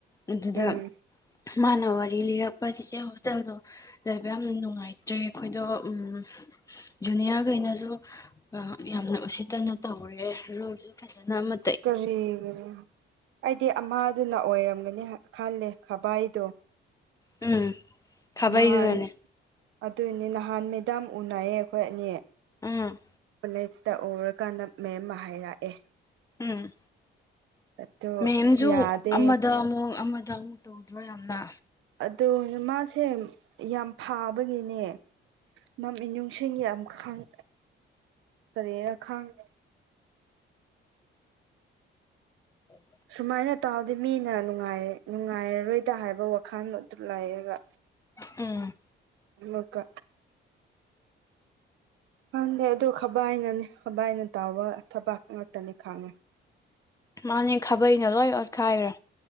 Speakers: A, on the left; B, on the right.
A: ꯑꯗꯨꯗ
B: ꯎꯝ
A: ꯃꯥꯅ ꯋꯥꯔꯤ ꯂꯤꯔꯛꯄ ꯆꯆꯦ ꯍꯣꯁꯇꯦꯜꯗꯣ ꯂꯩꯕ ꯌꯥꯝꯅ ꯅꯨꯡꯉꯥꯏꯇ꯭ꯔꯦ ꯑꯩꯈꯣꯏꯗꯣ ꯎꯝ ꯖꯨꯅꯤꯌꯥꯔꯈꯩꯅꯁꯨ ꯌꯥꯝꯅ ꯎꯁꯤꯠꯇꯅ ꯇꯧꯔꯦ ꯔꯣꯜꯁꯨ ꯐꯖꯅ ꯑꯃ
B: ꯀ꯭ꯔꯤꯔꯤ ꯑꯩꯗꯤ ꯑꯃꯗꯨꯅ ꯑꯣꯏꯔꯝꯒꯅꯤ ꯈꯜꯂꯦ ꯈꯚꯏꯗꯣ
A: ꯎꯝ ꯈꯥꯕꯩꯗꯨꯅꯅꯦ
B: ꯅꯍꯥꯟ ꯑꯗꯨꯅꯦ ꯅꯍꯥꯟ ꯃꯦꯗꯥꯝ ꯎꯅꯩꯌꯦ ꯑꯩꯈꯣꯏ ꯑꯅꯤ
A: ꯎꯝ
B: ꯀꯣꯂꯦꯖꯇ ꯎꯔꯀꯥꯟꯗ ꯃꯦꯝ ꯑꯃ ꯍꯥꯏꯔꯛꯑꯦ
A: ꯎꯝ
B: ꯑꯗꯨ
A: ꯃꯦꯝꯁꯨ
B: ꯌꯥꯗꯦ
A: ꯑꯃꯗ ꯑꯃꯨꯛ ꯑꯃꯗ ꯑꯃꯨꯛ ꯇꯧꯗ꯭ꯔꯣ ꯌꯥꯝꯅ
B: ꯑꯗꯣ ꯃꯥꯁꯦ ꯌꯥꯝ ꯐꯥꯕꯒꯤꯅꯦ ꯃꯃꯤꯅꯨꯡꯁꯤꯡ ꯌꯥꯝ ꯈꯥꯡ ꯀꯔꯤꯔꯥ ꯈꯥꯡꯉꯦ
A: ꯎꯝ <inaudible>
B: ꯁꯨꯃꯥꯏꯅ ꯇꯥꯗꯤ ꯃꯤꯅ ꯅꯨꯡꯉꯥꯏ ꯅꯨꯡꯉꯥꯏꯔꯔꯣꯏꯗ ꯍꯥꯏꯕ ꯋꯥꯈꯜ ꯑꯗꯨ ꯂꯩꯔꯒ
A: ꯎꯝ
B: ꯑꯃꯀ ꯈꯟꯗꯦ ꯑꯗꯨ ꯈꯕꯥꯏꯅꯅꯤ ꯈꯕꯥꯏꯅ ꯇꯥꯎꯕ ꯊꯕꯥꯛ ꯉꯥꯛꯇꯅꯤ ꯈꯥꯡꯉꯦ
A: ꯃꯥꯅꯦ ꯈꯥꯕꯩꯅ ꯂꯣꯏ ꯑꯣꯠꯈꯥꯏꯈ꯭ꯔꯦ